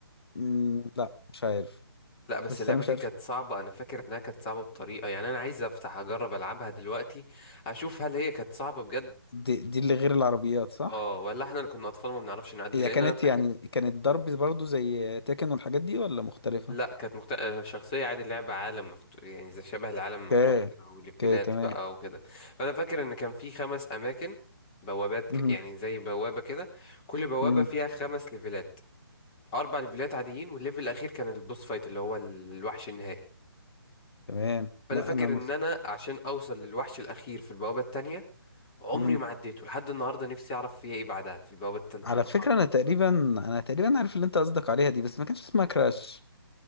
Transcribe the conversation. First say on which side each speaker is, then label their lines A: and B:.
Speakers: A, on the left; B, on the left.
A: مم، لا مش عارف
B: لا بس
A: بس
B: اللعبة
A: انا مش
B: دي
A: عارف
B: كانت صعبة أنا فاكر إنها كانت صعبة بطريقة يعني أنا عايز أفتح أجرب ألعبها دلوقتي أشوف هل هي كانت صعبة بجد
A: دي, دي اللي غير العربيات صح؟
B: اه ولا احنا اللي كنا أطفال ما بنعرفش نعدي
A: هي
B: لأن
A: كانت
B: أنا فاكر
A: يعني كانت ضرب برضو زي تاكن والحاجات دي ولا مختلفة؟
B: لا كانت مخت... آه، شخصية عادي اللعبة عالم مفتوح يعني زي شبه العالم المفتوح
A: اوكي
B: كده وليفلات
A: اوكي تمام
B: بقى وكده فأنا فاكر إن كان في خمس أماكن بوابات
A: مم.
B: ك... يعني زي بوابة كده كل بوابة
A: مم.
B: فيها خمس ليفلات أربع ليفلات عاديين والليفل الأخير كان البوس فايت اللي هو الوحش النهائي
A: تمام
B: فانا
A: لا
B: فاكر
A: انا مف...
B: ان انا عشان اوصل للوحش الاخير في البوابه التانية عمري
A: مم.
B: ما عديته لحد النهارده نفسي اعرف فيها ايه إيه بعدها في البوابه التالتة
A: على
B: والرابعه
A: فكرة انا تقريبا انا تقريبا عارف اللي انت قصدك عليها دي بس ما كانش اسمها كراش